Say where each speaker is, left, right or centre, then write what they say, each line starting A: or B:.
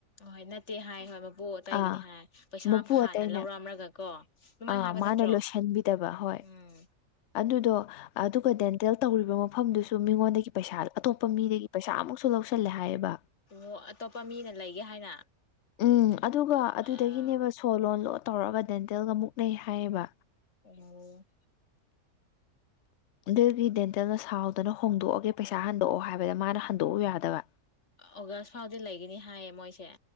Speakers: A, on the left (about 45°); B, on the left (about 70°).
A: ꯑꯍꯣꯏ ꯅꯠꯇꯦ ꯍꯥꯏ ꯍꯣꯏ ꯃꯄꯣꯛ ꯑꯇꯒꯤꯅꯤ
B: ꯑꯥ
A: ꯍꯥꯏ ꯄꯩꯁꯥ
B: ꯃꯄꯨ
A: ꯐꯥꯟꯅ
B: ꯑꯇꯩꯅ
A: ꯂꯧꯔꯝꯂꯒ ꯀꯣ ꯑꯗꯨꯃꯥꯏꯅ
B: ꯑꯥ
A: ꯍꯥꯏꯕ
B: ꯃꯥꯅ
A: ꯅꯠꯇ꯭ꯔꯣ
B: ꯂꯣꯏꯁꯤꯟꯕꯤꯗꯕ ꯍꯣꯏ
A: ꯎꯝ
B: ꯑꯗꯨꯗꯣ ꯑꯗꯨꯒ ꯗꯦꯟꯇꯦꯜ ꯇꯧꯔꯤꯕ ꯃꯐꯝꯗꯨꯁꯨ ꯃꯤꯉꯣꯟꯗꯒꯤ ꯄꯩꯁꯥ ꯑꯇꯣꯞꯄ ꯃꯤꯗꯒꯤ ꯄꯩꯁꯥꯃꯨꯛꯁꯨ ꯂꯧꯁꯜꯂꯦ ꯍꯥꯏꯌꯦꯕ
A: ꯑꯣ ꯑꯇꯣꯞꯄ ꯃꯤꯅ ꯂꯩꯒꯦ ꯍꯥꯏꯅ
B: ꯎꯝ ꯑꯗꯨꯒ ꯑꯗꯨꯗꯒꯤꯅꯦꯕ
A: ꯑꯣ
B: ꯁꯣ ꯂꯣꯟ ꯂꯣ ꯇꯧꯔꯒ ꯗꯦꯟꯇꯦꯜꯒ ꯃꯨꯛ ꯅꯩ ꯍꯥꯏꯌꯦꯕ
A: ꯑ
B: ꯗꯦꯜꯒꯤ ꯗꯦꯟꯇꯦꯜꯅ ꯁꯥꯎꯗꯅ ꯍꯣꯡꯗꯣꯛꯑꯒꯦ ꯄꯩꯁꯥ ꯍꯟꯗꯣꯛꯑꯣ ꯍꯥꯏꯕꯗ ꯃꯥꯅ ꯍꯟꯗꯣꯛꯎ ꯌꯥꯗꯕ
A: ꯑꯣꯒꯁ ꯐꯥꯎꯗꯤ ꯂꯩꯒꯅꯤ ꯍꯥꯏꯌꯦ ꯃꯣꯏꯁꯦ